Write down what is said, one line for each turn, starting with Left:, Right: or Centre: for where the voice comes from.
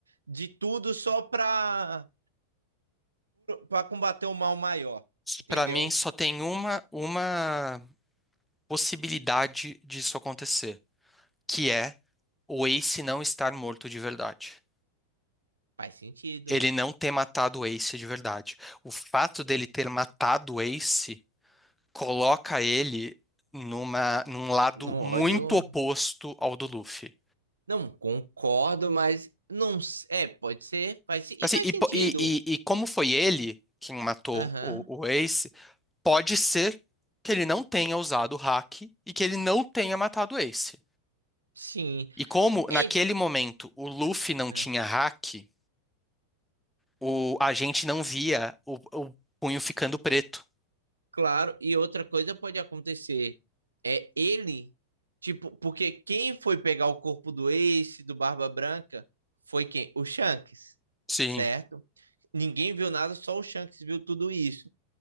Right: de tudo só pra para combater um mal maior, entendeu?
Centre: Pra mim só tem uma uma possibilidade disso acontecer, que é o Ace não estar morto de verdade.
Right: Faz sentido.
Centre: Ele não ter matado o Ace de verdade. O fato dele ter matado o Ace coloca ele numa, num lado
Right: No
Centre: muito
Right: ódio,
Centre: oposto ao do Luffy.
Right: não concordo, mas não é, pode ser, faz e
Centre: Assim,
Right: faz
Centre: e,
Right: sentido.
Centre: po- e- e- e como foi ele quem matou
Right: Aham.
Centre: o, o Ace, pode ser que ele não tenha usado o hack e que ele não tenha matado o Ace.
Right: Sim.
Centre: E como naquele
Right: É,
Centre: momento o Luffy não tinha
Right: é,
Centre: hack, o, a gente não via o, o punho ficando preto.
Right: claro, e outra coisa pode acontecer é ele, tipo, porque quem foi pegar o corpo do Ace, do Barba Branca, foi quem? O Shanks,
Centre: Sim.
Right: certo? Ninguém viu nada, só o Shanks viu tudo isso.